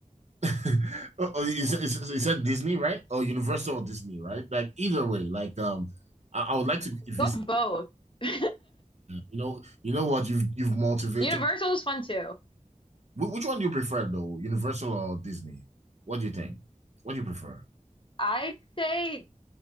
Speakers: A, on the right (about 55°); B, on the left (about 40°).
A: <laughs> oh, oh, is is is that Disney, right? Or Universal or Disney, right? Like either way, like um I, I would like to visit.
B: Go to both. <laughs>
A: You know, you know what? You've you've motivated
B: Universal is fun too.
A: Which one do you prefer though, Universal or Disney? What do you think? What do you prefer?
B: I'd say